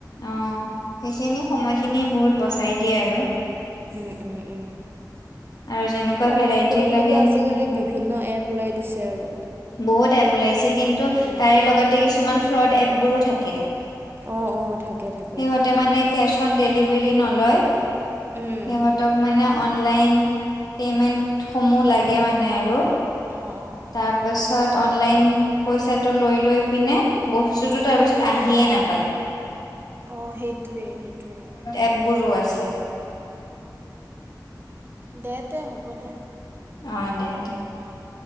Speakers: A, on the left; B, on the right.
A: অ সেইখিনি সময়খিনি
B: উম
A: বহুত বচাই দিয়ে আৰু
B: উম উম উম,
A: আৰু যেনেকুৱা
B: অনলাইন
A: ভেৰাইটি
B: কৰিবলেতো
A: লাগে
B: আজিকালি
A: সেনেকুৱা
B: বিভিন্ন এপ ওলাই দিছে আৰু।
A: বহুত এপ ওলাইছে কিন্তু
B: উম।
A: তাৰে লগতে কিছুমান ফ্ৰড এপ বোৰো থাকে।
B: অ অ থাকে থাকে।
A: সিহঁতে মানে কেচ অন ডেলিভাৰী নলয়।
B: উম!
A: সিহঁতক মানে অনলাইন পেমেণ্টসমূহ লাগে মানে আৰু।
B: অ অ
A: তাৰপাছত অনলাইন পইচাটো লৈ লৈ পিনে বস্তুটো তাৰপিছত আহিয়ে নাপায়।
B: অ সেইটোৱে সেইটোৱে।
A: এপবোৰ উৰাইছে।
B: উম! দে তে হ'ব দে।
A: অ দে দে।
B: উম উম!